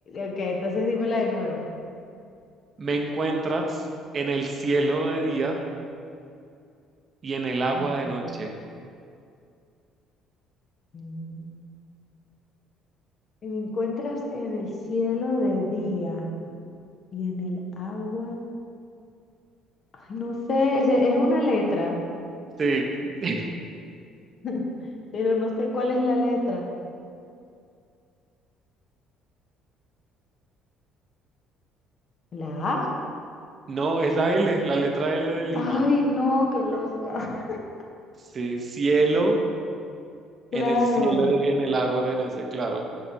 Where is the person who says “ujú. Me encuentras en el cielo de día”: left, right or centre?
Left